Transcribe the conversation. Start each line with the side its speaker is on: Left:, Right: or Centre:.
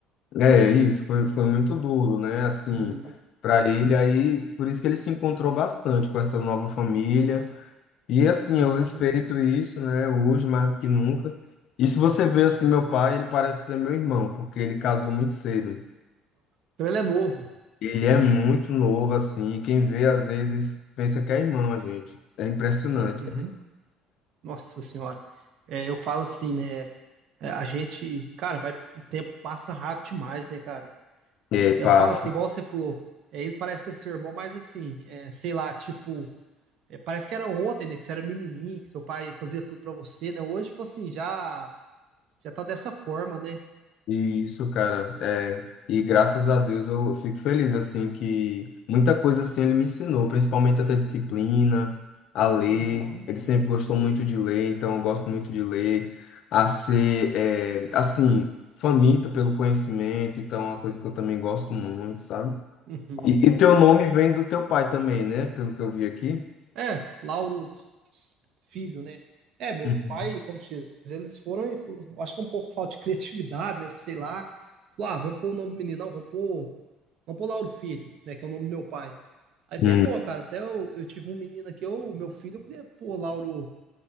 Left: É, isso foi, foi muito duro, né? Assim,
Right: Uhum,
Left: para ele aí, por isso que ele se encontrou bastante com essa nova família. E assim,
Right: uhum.
Left: eu respeito isso, né? Hoje mais do que nunca. E se você vê assim, meu pai, ele parece ser meu irmão, porque ele casou muito cedo.
Right: Então ele é novo.
Left: Ele é muito novo assim, e quem vê às vezes pensa que é irmão a gente. É impressionante.
Right: Uhum. Nossa Senhora. É, eu falo assim, né? é, a gente, cara, vai, o tempo passa rápido demais, né, cara?
Left: É passa.
Right: É, eu falo assim, igual você falou, é, ele parece ser seu irmão, mas assim, é, sei lá, tipo, é, parece que era ontem, né? Que você era menininho, que seu pai fazia tudo pra você, né? Hoje, tipo assim, já, já tá dessa forma, né?
Left: Isso, cara, é, e graças a Deus eu fico feliz, assim, que muita coisa, assim, ele me ensinou, principalmente até disciplina, a ler,
Right: Uhum,
Left: ele sempre gostou muito de ler, então eu gosto muito de ler, a ser, é, assim, faminto pelo conhecimento, então é uma coisa que eu também gosto muito, sabe?
Right: uhum.
Left: E, e teu nome vem do teu pai também, né, pelo que eu vi aqui?
Right: É, Lauro Filho, né? É, meu
Left: Uhum.
Right: pai, como se diz, eles foram, e fo- eu acho que é um pouco falta de criatividade, né? Sei lá. Falou, ah, vamos pôr o nome do menino, não, vamos pôr, vamos pôr Lauro Filho, né? Que é o nome do meu pai. Aí pegou,
Left: Hum.
Right: cara. Até eu, eu tive um menino aqui, eu, meu filho, eu queria pôr Lauro,